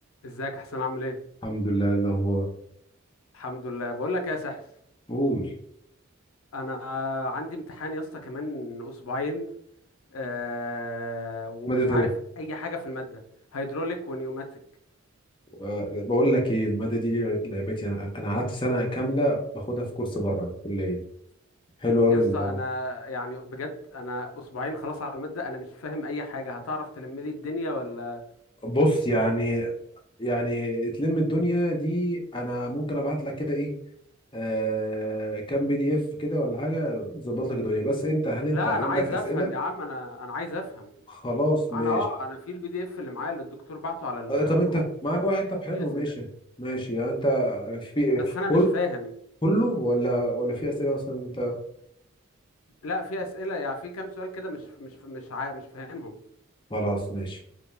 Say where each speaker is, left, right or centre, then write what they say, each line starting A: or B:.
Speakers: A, on the left; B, on the left.
A: ازيك يا حسين عامل ايه
B: الحمد لله إيه الاخبار
A: الحمد لله بقول لك ايه يا سحس
B: قول
A: انا عندي امتحان يا اسطى كمان اسبوعين آه ومش
B: مادة
A: عارف
B: ايه
A: اي حاجه في الماده هيدروليك ونيوماتيك
B: آه، بقول لك ايه المادة دي لعبتي انا انا قعدت سنة كاملة باخدها في كورس بره الكلية حلو قوي
A: يا اسطى
B: ان
A: انا يعني بجد انا اسبوعين خلاص على الماده انا مش فاهم اي حاجه هتعرف تلم لي الدنيا ولا
B: بص يعني يعني تلم الدنيا دي انا ممكن ابعت لك كده ايه آه كام بي دي اف كده ولا حاجة ظبط لك الدنيا بس انت هل انت
A: لا
B: عندك
A: انا عايز افهم
B: اسئلة
A: يا عم انا انا عايز افهم
B: خلاص ماشي
A: انا اه انا في البي دي اف اللي معايا اللي الدكتور بعته على الجروب
B: آه، طب انت معاك واحد طب حلو
A: في اسئله
B: ماشي ماشي يعني انت في
A: بس انا
B: كل
A: مش فاهم
B: كله ولا ولا في اسئلة مثلا انت
A: لا في اسئله يعني في كام سؤال كده مش مش مش عا... مش فاهمهم
B: خلاص ماشي